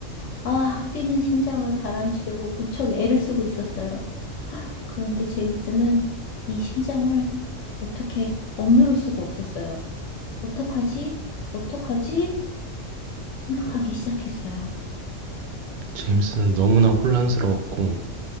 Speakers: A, on the left (about 70°); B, on the right (about 60°).
A: 아, 뛰는 심장을 가라앉히려고 무척 애를 쓰고 있었어요. 그런데 제임스는 이 심장을 어떻게 억누를 수가 없었어요. 어떡하지? 어떡하지? 생각하기
B: 어,
A: 시작했어요.
B: 제임스는 너무나 혼란스러웠고